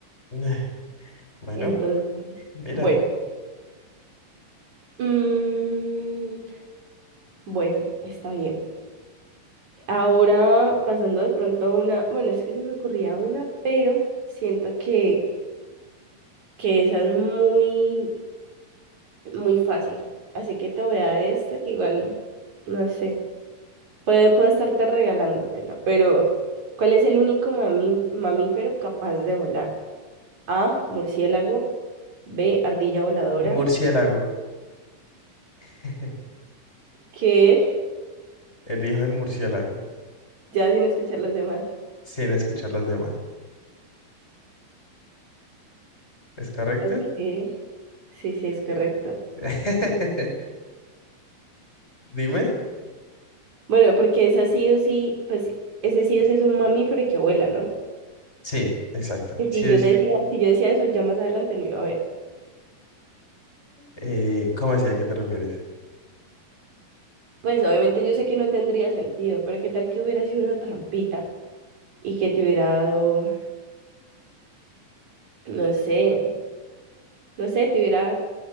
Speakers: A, on the left (about 15°); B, on the right (about 55°).
A: <laughs> Bueno,
B: Entonces,
A: mira,
B: bueno. Mm, bueno, está bien. Ahora, pasando de pronto a una, bueno, es que se me ocurría una, pero siento que, que esa es muy, muy fácil. Así que te voy a dar esta que igual, no sé, puede, puedo estarte regalándotela, pero ¿cuál es el único mamí mamífero capaz de volar? A, murciélago, B, ardilla voladora,
A: el murciélago. <laughs>
B: que
A: El hijo del murciélago,
B: ya sin escuchar las demás.
A: sin escuchar las demás. ¿Es correcto?
B: Ok, sí, sí, es correcto.
A: <laughs> Dime.
B: Bueno, porque esa sí o sí, pues ese sí o sí es un mamífero y que vuela, ¿no?
A: Sí, exacto.
B: Y
A: Sí,
B: si yo
A: sí.
B: decía, si yo decía eso, ya más adelante no iba a haber.
A: Eh, ¿cómo así? ¿A qué te refieres?
B: Pues obviamente yo sé que no tendría sentido, pero qué tal que hubiera sido una trampita y que te hubiera dado, no sé, no sé, te hubiera,